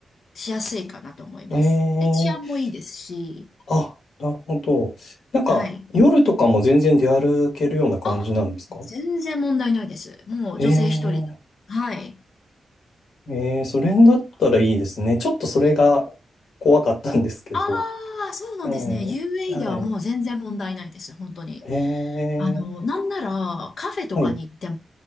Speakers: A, on the left; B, on the left.
A: しやすいかなと思います。
B: ええ
A: で、治安もいいですし、
B: あ、なるほど。なんか夜とかも全然出歩けるような感じなんですか
A: はい。あ、全然問題ないです。もう女性一人。
B: ええ
A: はい。
B: ええそれだったらいいですね。ちょっとそれが怖かったんですけど。
A: ああ、そうなんですね。
B: ええはい。
A: UAE ではもう全然問題ないです。本当に。
B: ええ
A: あの、なんならカフェとかに行っても、
B: はい。